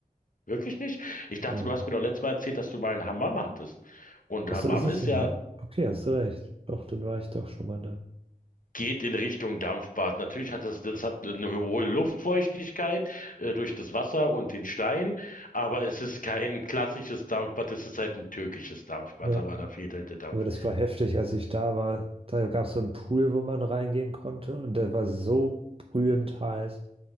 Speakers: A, on the left (about 60°); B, on the right (about 40°).
A: Wirklich nicht? Ich dachte,
B: Nee.
A: du hast mir doch letztes Mal erzählt, dass du mal einen Hammam hattest. Und
B: Ach
A: Hammam
B: so, das ist
A: ist
B: ein.
A: ja,
B: Ha okay, hast du recht. Doch, dann war ich doch schon mal da.
A: geht in Richtung Dampfbad. Natürlich hat es, das hat eine hohe Luftfeuchtigkeit, äh, durch das Wasser und den Stein, aber es ist kein klassisches Dampfbad, es ist halt ein türkisches Dampfbad,
B: Ja.
A: aber da fehlt halt der Dampf.
B: Aber das war heftig, als ich da war. Da gab es so einen Pool, wo man reingehen konnte und der war so brühend heiß.